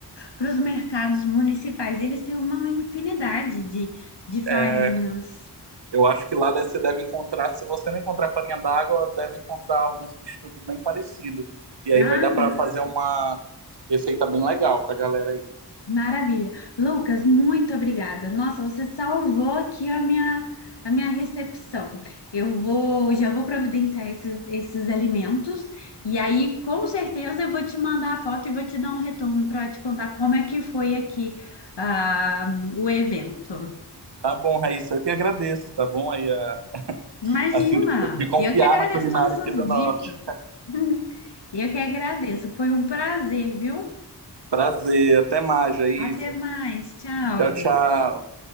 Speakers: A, on the left (about 80°); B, on the right (about 75°).
A: para os mercados municipais. Eles têm uma infinidade de, de farinhas.
B: É, eu acho que lá você deve encontrar, se você não encontrar farinha d'água, deve encontrar algum substituto bem parecido. E aí
A: Ah,
B: vai dar
A: não.
B: para fazer uma receita bem legal pra galera aí.
A: Maravilha. Lucas, muito obrigada. Nossa, você salvou aqui a minha, a minha recepção. Eu vou, já vou providenciar esses, esses alimentos e aí, com certeza, eu vou te mandar a foto e vou te dar um retorno para te contar como é que foi aqui, ah, o evento.
B: Tá bom, Raíssa, eu que agradeço, tá bom? Aí, a-
A: Imagina!
B: assim, de confiar
A: Eu que agradeço
B: na culinária
A: todas essas
B: aqui do norte.
A: dicas. <laughs> Eu que agradeço. Foi um prazer, viu?
B: Prazer, até mais, é isso.
A: Até mais. Tchau.
B: Tchau, tchau.